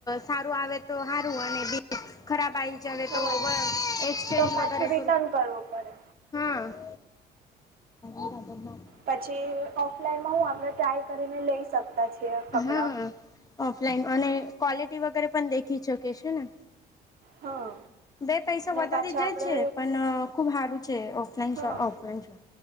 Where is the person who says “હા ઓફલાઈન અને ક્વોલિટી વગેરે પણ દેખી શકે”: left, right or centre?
Left